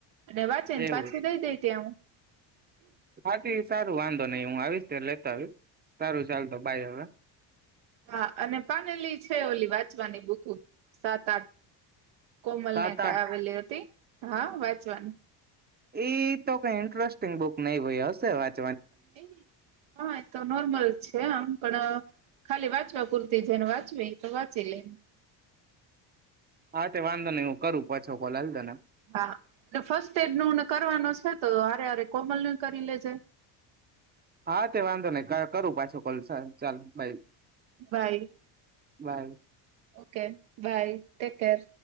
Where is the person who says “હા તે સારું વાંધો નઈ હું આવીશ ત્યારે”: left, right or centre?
Right